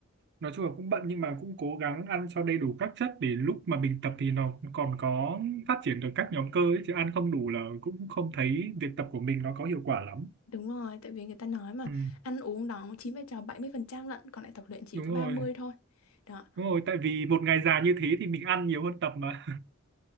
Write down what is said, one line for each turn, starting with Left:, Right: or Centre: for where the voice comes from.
Right: nói chung là cũng bận nhưng mà cũng cố gắng ăn cho đầy đủ các chất để lúc mà mình tập thì nó còn có phát triển được các nhóm cơ ấy, chứ ăn không đủ là cũng không thấy việc tập của mình nó có hiệu quả lắm
Left: đúng rồi tại vì người ta nói mà
Right: ừ,
Left: ăn uống đó chiếm vai trò 70% lận còn lại tập luyện chỉ
Right: đúng
Left: có
Right: rồi
Left: 30 thôi đó
Right: đúng rồi tại vì một ngày dài như thế thì mình ăn nhiều hơn tập mà